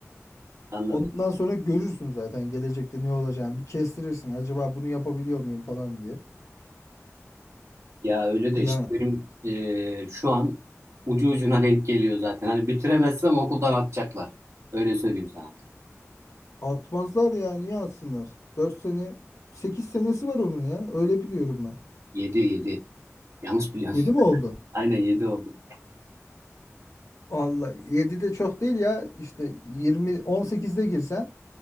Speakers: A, on the right (about 65°); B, on the left (about 70°).
A: Anladım.
B: Ondan sonra görürsün zaten gelecekte ne olacağını bir kestirirsin acaba bunu yapabiliyor muyum falan diye.
A: Ya öyle de
B: Ya
A: işte benim eee, şu an ucu ucuna denk geliyor zaten. Hani bitiremezsem okuldan atacaklar. Öyle söyleyeyim sana.
B: Atmazlar ya niye atsınlar? 4 sene 8 senesi var onun ya öyle biliyorum ben.
A: Yedi yedi. Yanlış biliyorum.
B: 7 mi oldu?
A: <laughs> Aynen yedi oldu.
B: Vallahi 7 de çok değil ya işte yirmi on sekizde girsen